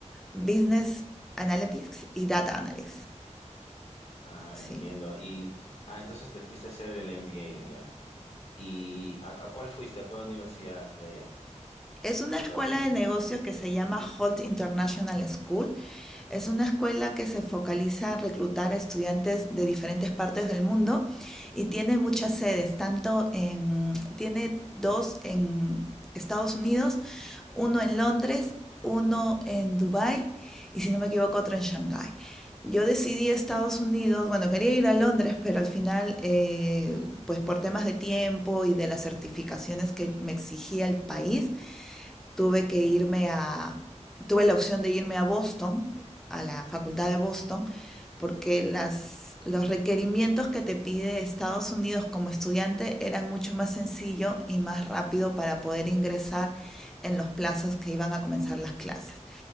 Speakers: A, in the centre; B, on the left (about 55°).
A: business analytics y data analytics.
B: Ah,
A: Sí,
B: entiendo. Y, ah, entonces te fuiste a hacer el MBA allá. ¿Y a, a cuál fuiste? ¿A cuál universidad de allá,
A: Es una
B: de Estados
A: escuela
B: Unidos?
A: de negocio que se llama Holt International School. Es una escuela que se focaliza en reclutar a estudiantes de diferentes partes del mundo y tiene muchas sedes, tanto en, tiene dos en Estados Unidos, uno en Londres, uno en Dubái y si no me equivoco otro en Shanghái. Yo decidí Estados Unidos, bueno, quería ir a Londres, pero al final, eh, pues por temas de tiempo y de las certificaciones que me exigía el país, tuve que irme a, tuve la opción de irme a Boston, a la Facultad de Boston, porque las, los requerimientos que te pide Estados Unidos como estudiante eran mucho más sencillo y más rápido para poder ingresar en los plazos que iban a comenzar las clases.